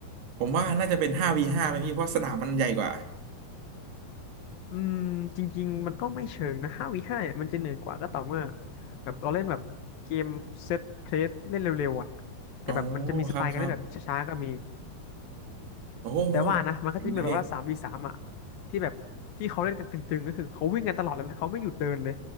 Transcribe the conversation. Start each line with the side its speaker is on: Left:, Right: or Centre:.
Right: ผมว่าน่าจะเป็นห้าวีห้าไหมพี่เพราะสนามมันใหญ่กว่า
Left: อืมจริงๆมันก็ไม่เชิงนะห้าวีห้ามันจะเหนื่อยกว่าก็ต่อเมื่อแบบเราเล่นแบบเกมเซตเพลสเล่นเร็วๆอ่ะแต่แบบมันจะมีสไตล์การเล่นแบบช้าๆก็มี
Right: อ๋อครับครับโอ้โห
Left: แต่ว่านะมันก็จะมีแบบว่าสามวีสามอ่ะ
Right: ถึงเลยพี่
Left: ที่แบบที่เขาเล่นกันตึงๆก็คือเขาวิ่งกันตลอดแล้วนะเขาไม่หยุดเดินเลย